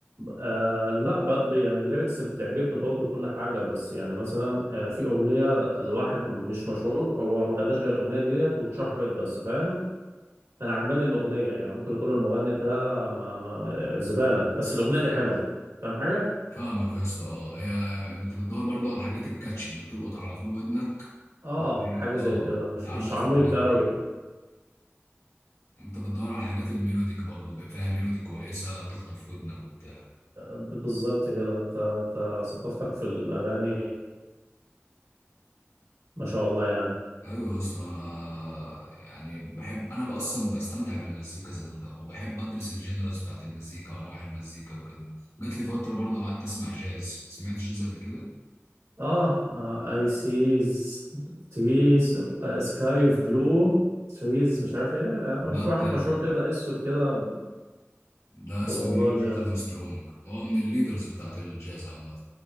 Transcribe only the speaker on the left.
فاهمك يا اسطى اه يا انت بتدور برضو على الحاجات الكاتش اللي تلقط على طول ودنك
وت-
اه
بتعلق
في دماغك
يعني انت بتدور على الحاجات الميلوديك برضو بقى فيها ميلودي كويسه تخطف ودنك وبتاع
ايوه يا اسطى انا يعني بحب انا بقى اصلا بستمتع بالمزيكا ذاتها وبحب ادرس الجنرالز بتاعت المزيكا وانواع المزيكا وكده جات لي فتره برضو قعدت اسمع جاز سمعت جاز قبل كده
ده
بتاع
ده
اسمه لويس
ارمسترونج هو من الليدرز بتاعت الجاز عامه